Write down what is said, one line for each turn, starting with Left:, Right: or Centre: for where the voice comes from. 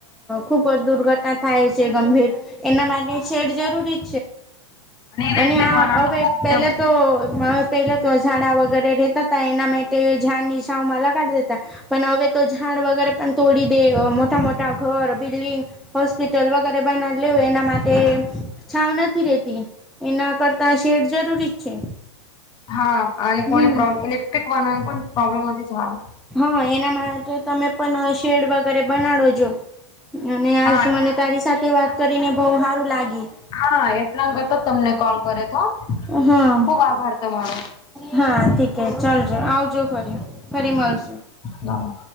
Centre: ખૂબ દુર્ઘટના થાય છે ગંભીર એના માટે છેડ જરૂરી
Left: ઇલેક્ટ્રિક
Centre: અને હવે
Left: વાહન તો ખુબ
Centre: પેલા તો તો પેલા તો ઝાડા વગેરે રેતા હતાા એના માટે ઝાડ ની છાવમાં લગાડી દેતા પણ હવે તો ઝાડ વગેરે પણ તોડી દે મોટા મોટા ઘર બિલ્ડિંગ હોસ્પિટલ વગેરે બનાવી લે હોય એના માટે નથી રેતી એના કરતા શેડ જરૂરી જ છે.
Left: હા અને કોને
Centre: હમ
Left: પ્રોબ્લેમ લેક્ટ્રિક વાહન પણ પ્રોબ્લેમ હતી જ હા
Centre: હા એના માટે તમે પણ શેડ વગેરે બનાડો છો અને આજ
Left: હા
Centre: મને તારી સાથે વાત કરીને બહુ સારું લાગ્યું.
Left: હા એટલા કર તો તમને કોલ કરે તો
Centre: હા
Left: ખુબ આભાર તમારો
Centre: હા ઠીકે ચાલજો આવજો ફરી ફરી મળશુ
Left: નાવ